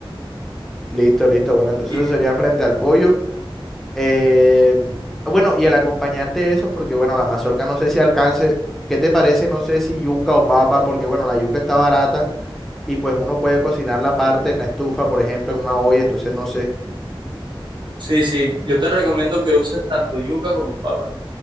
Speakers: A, in the centre; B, on the right.
A: Listo, listo. Bueno, entonces
B: Y,
A: eso sería frente al pollo. Eh, bueno, y el acompañante de eso, porque bueno, la mazorca no sé si alcance. ¿Qué te parece? No sé si yuca o papa, porque bueno, la yuca está barata y pues uno puede cocinar la parte en la estufa, por ejemplo, en una olla, entonces no sé.
B: sí, sí, yo te recomiendo que uses tanto yuca como papa